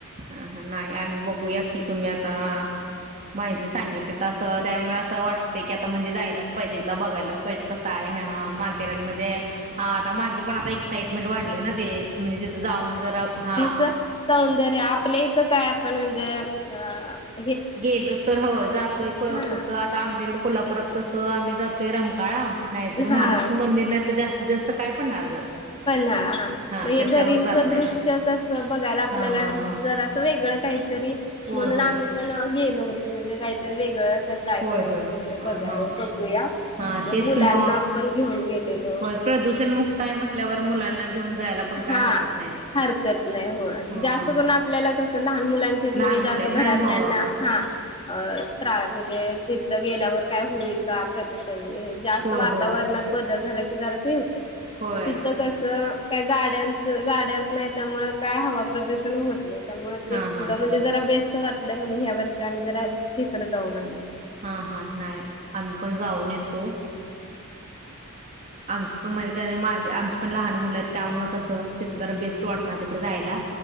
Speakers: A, on the right (about 35°); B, on the left (about 25°).
A: हा हा नाही आम्ही बघूया की तुम्ही आता माहिती सांगितली तसं त्यामुळे असं वाटत की आता म्हणजे जायलाच पाहिजेल बघायलाच पाहिजे कसं आहे हा, माथेरान म्हणजे आता माझी पण आता एक्साइटमेंट वाढली ना ते म्हणजे तिथं जाऊन जरा हा
B: च सौंदर्य आपल्या इथं काय आपण म्हणजे अह
A: गेलो तर हो जातोय कुठं
B: हा
A: आता आमच्याकडे कोल्हापुरात कसं आम्ही जातोय रंकाळा नाहीतर
B: हा
A: महालक्ष्मी मंदिर नाही तर जास्तीत जास्त काय पन्हाळगड
B: पन्हाळा
A: हा
B: म्हणजे
A: त्याच्यावर
B: दरींचं
A: जात नाही
B: दृश्य कस बघायला आपल्याला
A: हा हा हा
B: जरासं वेगळं काही तरी
A: होय
B: म्हणून
A: होय
B: आम्ही पण गेलो होतो म्हणजे काहीतरी वेगळं असं ट्राय
A: होय
B: करायचं
A: होय
B: म्हणल
A: हा
B: बघाया
A: हा
B: बघूया
A: हा
B: मग
A: तेच
B: मुलांना
A: कि म,
B: आपण घेऊन गेलेलो
A: होय प्रदूषण मुक्त आहे म्हटल्यावर मुलांना घेऊन जायला पण काय
B: हा,
A: हरकत नाही
B: हरकत नाही हो
A: हा
B: जास्त करून आपल्याला कस लहान मुलांचीच
A: लहान
B: म्हणजे जास्त
A: मुलं आहेत
B: घरातल्यांना
A: ना हो
B: हा अ त्रा म्हणजे तिथं गेल्यावर काय होईल का प्रदूषण जास्त
A: होय
B: वातावरणात
A: होय
B: बदल झाला की जरास हे होतंय,
A: होय
B: तिथं कसं काही गाड्यांच गाड्याच नाही त्यामुळे काय हवा प्रदूषण होत नाही त्यामुळे तिथलं
A: हां हां
B: म्हणजे जरा बेस्ट वाटलं म्हणून ह्या वर्षी आम्ही जरा तिकडे जाऊन आलो
A: हा हा नाही आम्ही पण जाऊन येतो आमची पण म्हणजे माझे आमची पण लहान मुलं आहेत त्यामुळे कसं तिथं जरा बेस्ट वाटणार तिकडे जायला